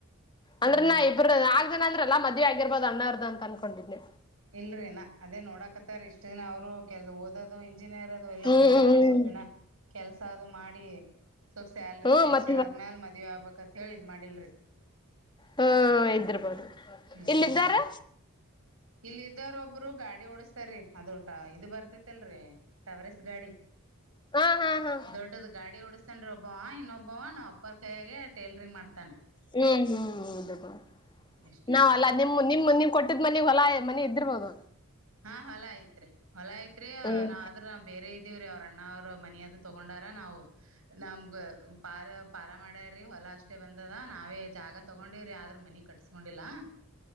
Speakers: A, on the left; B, on the right.
A: ಅಂದ್ರೆನ್ನ
B: ಹ್ಮ್
A: ಇಬ್ರರ್ ನಾ. ಅಂದ್ರಲ ಮದ್ಯ ಆಗಿರ್ಬೋದು ಅಣ್ಣ ಅವರ್ದು ಅನ್ಕೊಂಡಿದ್ನೆ.
B: ಇಲ್ರರಿನಾ ಅದೇ ನೋಡಾಕತ್ತಾರೆ ಇಷ್ಟ ದಿನ ಅವ್ರು ಕೆಲವ್ ಓದದು. ಇಂಜಿನಿಯರ್ ಅದು ಎಲ್ಲ
A: ಹ್ಮ್
B: ಮುಗಿದ್ಮೇಲೆ
A: ಹ್ಮ್
B: ಒಂದ
A: ಹ್ಮ್
B: ಸ್ವಲ್ಪ್ ದಿನ ಕೆಲ್ಸ ಅದು ಮಾಡಿ. ಸ್ವಲ್ಪ ಸ್ಯಾಲ್ರಿ
A: ಹ್ಮ್
B: ಅದ್ ಹೆಚ್ಚಿಗೆ
A: ಮತ್ತೆ
B: ಆದ್ಮ್ಯಾಲ ಮದ್ವೆ ಆಗ್ಬೇಕತ್ ಹೇಳಿ ಇದ್ ಮಾಡಿಲ್ರಿ
A: ಹ್ಮ ಇದರ್ಬೋದು
B: ಹ್ಮ್
A: ಇಲ್ಲ್ದಾರೆ
B: ಇಲ್ಲಿ ಇದ್ರ ಒಬ್ರು ಗಾಡಿ ಓಡಸ್ತಾರೆ ಅದು. ಇದು ಬರ್ತೇತಿಲ್ರರಿ ಟವರಸ್ ಗಾಡಿ
A: ಹಾ ಹಾ ಹಾ
B: ದೊಡ್ಡದ ಗಾಡಿ ಓಡಸ್ತೇನ್ ರಿ ಒಬ್ಬ ಒಬ್ಬ ಇನ್ನೊಬ್ಬವ ನಾವು ಅಪ್ಪರ್ ಕೈಯೆ ಟೇಲರಿಂಗ್ ಮಾಡ್ತನ್ ರೀ.
A: ಹ್ಮ್ ಹ್ಮ್.
B: ಇಷ್ಟ
A: ನಾವಲ್ಲ
B: ಆಯ್ತ್ ನೋಡ್
A: ನಿಮ್ ನಿಮ್ ನಿಮ್. ಕೊಟ್ಟಿದ್ ಮನಗ್ ಹೊಲ ಮನೆ ಇದ್ದಿರ್ಬಹದು
B: ಹಾ ಹೊಲೈತ್ರಿ. ಹೊಲ ಐತ್ರಿ
A: ಹ್ಮ್
B: ನಾವ್ರ <unintelligible> ಬೇರೆ ಇದ್. ಇವ್ರೇ ಅವ್ರ ಅಣ್ಣ ಅವ್ರು ಮನಿ ಅದು ತಗೊಂಡಾರ ನಾವು. ನಮ್ಗೆ ಪಾರ ಪಾಲ ಮಾಡ್ಯ್ರೀ ಹೊಲ ಅಷ್ಟೇ ಬಂದದ ನಾವೇ ಜಾಗ ತಗೊಂಡಿವವ್ರಿ ಆದ್ರ ಮನಿ ಕಟ್ಸ್ಕೊಂಡಿಲ್ಲಾ